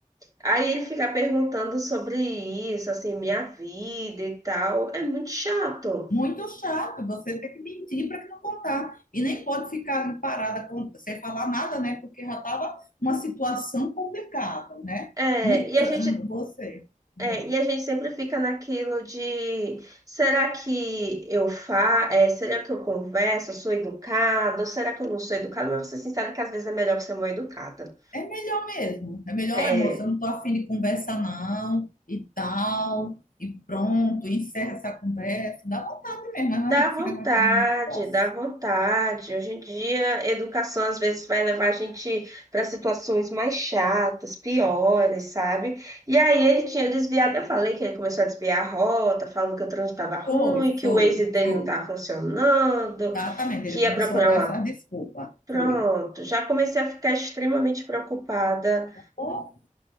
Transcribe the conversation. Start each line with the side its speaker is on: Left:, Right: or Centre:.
Right: aí ele fica perguntando sobre isso, assim, minha vida e tal. É muito chato.
Left: Muito chato, você tem que mentir para que não contar. E nem pode ficar ali parada com- sem falar nada, né? Porque já estava uma situação complicada, né?
Right: É,
Left: Não,
Right: e
Left: tra-
Right: a gente
Left: você, né?
Right: É, e a gente sempre fica naquilo de será que eu fa, é, será que eu converso, eu sou educada, ou será que eu não sou educada? Mas vou ser sincera que às vezes é melhor você ser mal educada.
Left: É melhor mesmo. É melhor,
Right: É,
Left: "Olha, moça, eu não tô afim de conversa não, e tal, e pronto, encerra essa conversa. Dá vontade mesmo, mas
Right: dá
Left: a gente
Right: vontade,
Left: fica com aquele negócio.
Right: dá vontade. Hoje em dia, educação às vezes vai levar a gente para situações mais chatas, piores, sabe? E aí ele tinha desviado, eu falei que ele começou a desviar a rota, falando que o trânsito estava ruim,
Left: Foi,
Right: que
Left: foi,
Right: o Waze dele
Left: foi.
Right: não estava funcionando
Left: Exatamente,
Right: que
Left: ele
Right: ia
Left: começou
Right: procurar
Left: a dar essa desculpa.
Right: um Pronto,
Left: Foi.
Right: já comecei a ficar extremamente preocupada.
Left: Ou